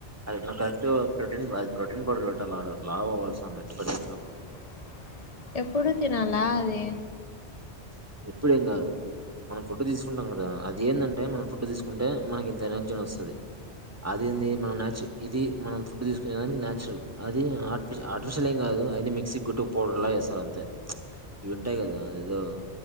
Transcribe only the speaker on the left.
అ ఎప్పుడు తినాలా అది